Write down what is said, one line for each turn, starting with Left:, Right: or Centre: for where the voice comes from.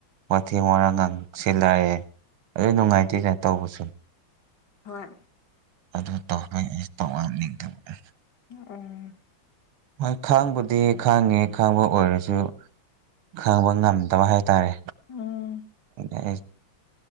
Right: ꯋꯥꯊꯤ ꯋꯥꯥꯡ ꯉꯥꯡ ꯁꯤꯜꯂꯛꯑꯦ꯫ ꯑꯗꯨ ꯅꯨꯡꯉꯥꯏꯇꯦꯗ ꯇꯧꯕꯁꯨ꯫
Left: ꯍꯣꯏ꯫
Right: ꯑꯗꯨ ꯇꯧꯣꯏ ꯑꯩ ꯇꯧꯑꯅꯤꯡꯊꯧꯕ꯫
Left: ꯎꯝ꯫
Right: ꯍꯣꯏ ꯈꯥꯡꯕꯨꯗꯤ ꯈꯥꯡꯉꯤ ꯈꯥꯡꯕ ꯑꯣꯏꯔꯁꯨ꯫ ꯈꯪꯕ ꯉꯝꯗꯕ ꯍꯥꯏꯇꯥꯔꯦ
Left: ꯎꯝ꯫
Right: ꯑꯩ